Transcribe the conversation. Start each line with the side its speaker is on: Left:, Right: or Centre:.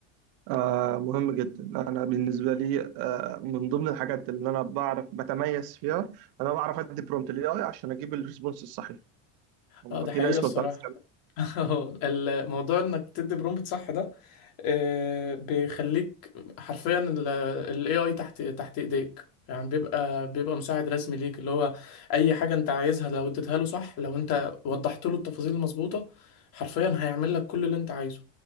Right: آه مهم جدا انا بالنسبه لي آه من ضمن الحاجات اللي انا بعرف بتميز فيها انا بعرف ادي برومبت للاي اي عشان اجيب الريسبونس الصحيح هم
Left: اه ده
Right: في
Left: حقيقة
Right: ناس
Left: الصراحة
Right: ما بتعرفش
Left: <laughs> الموضوع انك تدي برومبت صح ده آه، بيخليك حرفيا ال ال AI تحت تحت ايديك يعني بيبقى بيبقى مساعد رسمي ليك اللي هو اي حاجه انت عايزها لو اديتها له صح لو انت وضحت له التفاصيل المظبوطه حرفيا هيعمل لك كل اللي انت عايزه